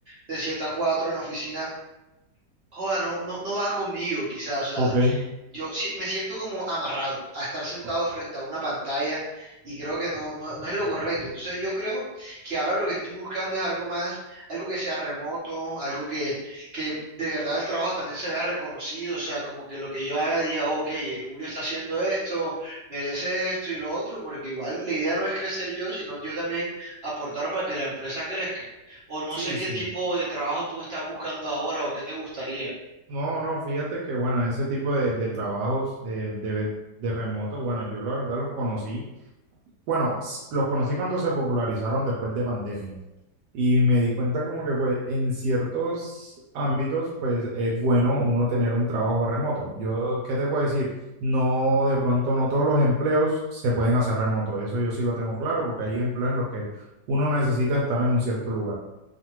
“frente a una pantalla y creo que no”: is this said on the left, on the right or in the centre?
Right